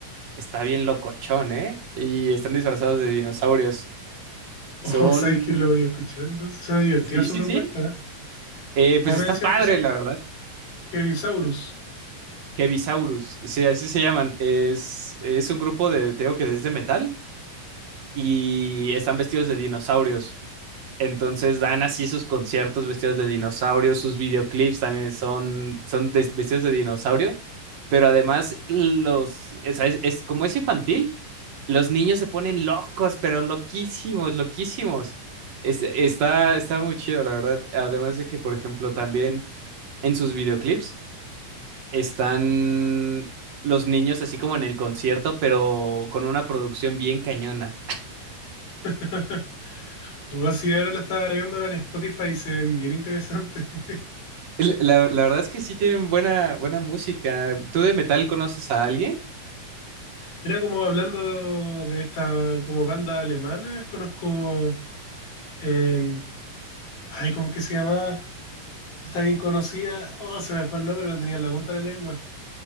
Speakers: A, on the right; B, on the left.
A: Está bien locochón, ¿eh? Y están disfrazados de dinosaurios. Son...
B: Oh, ¿sabes que lo voy a escuchar? Entonces, suena divertida
A: Sí,
B: su
A: sí,
B: propuesta.
A: sí.
B: ¿eh?
A: Eh,
B: ¿Cómo
A: pues está
B: me decías
A: padre,
B: que se
A: la
B: llama?
A: verdad.
B: Kevisaurus.
A: Heavisaurus, sí, así se llaman. Es, es un grupo de, te digo que es de metal y están vestidos de dinosaurios. Entonces dan así sus conciertos vestidos de dinosaurio, sus videoclips también son, son de- vestidos de dinosaurio, pero además los, es, es- es- como es infantil, los niños se ponen locos, pero loquísimos, loquísimos. Es- está, está muy chido, la verdad. Además de que, por ejemplo, también en sus videoclips están los niños así como en el concierto, pero con una producción bien cañona.
B: <laughs> O si ahora la estaba viendo ahora en Spotify y se ven bien interesante. <laughs>
A: L- La, la verdad es que sí tienen buena, buena música. ¿Tú de metal conoces a alguien?
B: Mira, como hablando de esta como banda alemana, conozco. eh, ay, ¿cómo que se llama? Está bien conocida. Oh, se me fue el nombre, lo tenía en la punta de la lengua.